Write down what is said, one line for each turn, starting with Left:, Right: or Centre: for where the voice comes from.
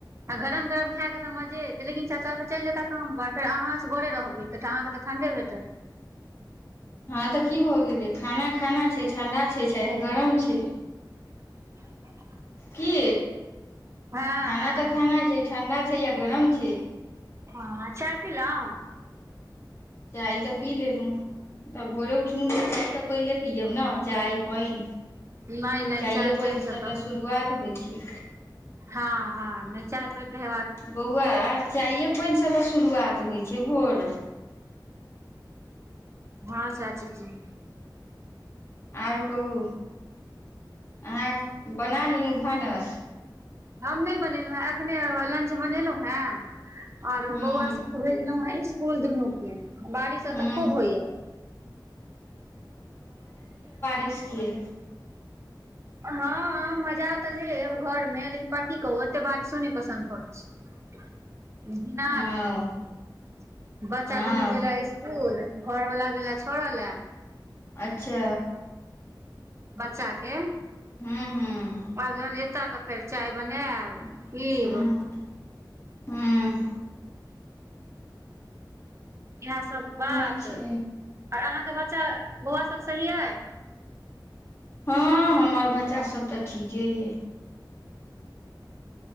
Right: आ गरम गरम खाय के त मजे एतै लेकिन चाचा तऽ चल जेता काम पर फेर अहां असघड़े रहबै तऽहके त ठंडे भेतत
Left: हँ तऽ की भ गेलै खाना खाना छै ठंडा छै चाहे गरम छै
Right: <inaudible>
Left: की
Right: हँ
Left: खाना
Right: हँ
Left: तऽ खाना छै ठंडा छै या गरम छै
Right: हँ चाय पिलों
Left: चाय तऽ पी लेलहु तऽ भोरे उठलहुँ तऽ चाय तऽ पहिले पियब ने चाय पानि
Right: नहि नहि
Left: चाये
Right: चाय पानि सब
Left: से तऽ शुरुआत होइ छै
Right: हँ हँ नहि चाय पर देब
Left: बौआ चाइये पानिसँ तऽ शुरुआत होइत छै भोर
Right: हँ चाची जी
Left: आउर कहू अहाँ बना लेलहुँ भानस
Right: हम नहि बनेलहुँ हें अखने लंच बनेलहुं हें आओर
Left: हूँ
Right: बौआ सब भेजलौ हं स्कुल दुनू के बारिश
Left: हूँ
Right: एतऽ खूब होइय ये
Left: किस किए
Right: हँ मजा तऽ लेब घर मे लेकिन की कहू एते बारिशो नहि पसन्द पड़ैत छै घीना
Left: हँ
Right: जायब बच्चा
Left: हँ
Right: दुनू गेल स्कूल घर वला गेला छोड़ऽ लए
Left: अच्छा
Right: बच्चा के
Left: हूँ हूँ
Right: आब जहन एता तऽ फेर चाय बनायब पीब
Left: हँ हँ
Right: इएह सब बात
Left: इएह छै
Right: आओर अहाँके बच्चा बौआ सब सही अइ
Left: हँ हमर बच्चासभ तऽ ठीके अइ